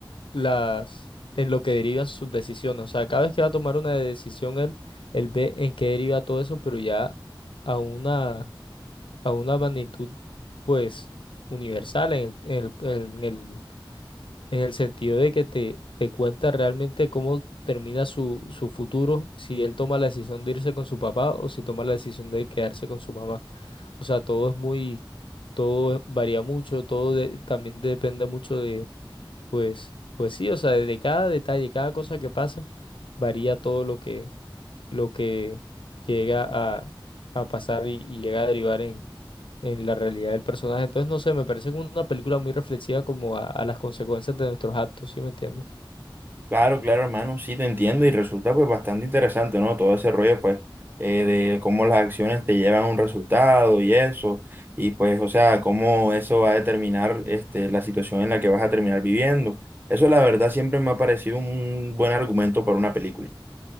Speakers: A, on the left; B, on the right.
A: las, en lo que derivan sus decisiones. O sea, cada vez que va a tomar una decisión, él, él ve en qué deriva todo eso, pero ya a una a una magnitud pues universal en el, en el, en el- en el sentido de que te, te cuenta realmente cómo termina su, su futuro, si él toma la decisión de irse con su papá o si toma la decisión de quedarse con su mamá. O sea, todo es muy, todo varía mucho, todo de- también depende mucho de, pues, pues sí, o sea, de, de cada detalle, cada cosa que pasa, varía todo lo que, lo que llega a, a pasar y, y llega a derivar en la realidad del personaje. Entonces, no sé, me parece como una película muy reflexiva como a, a las consecuencias de nuestros actos, ¿sí me entiendes?
B: Claro, claro, hermano, sí te entiendo y resulta pues bastante interesante, ¿no? Todo ese rollo pues eh, de cómo las acciones te llevan a un resultado y eso, y pues, o sea, cómo eso va a determinar este, la situación en la que vas a terminar viviendo. Eso la verdad siempre me ha parecido un buen argumento para una película.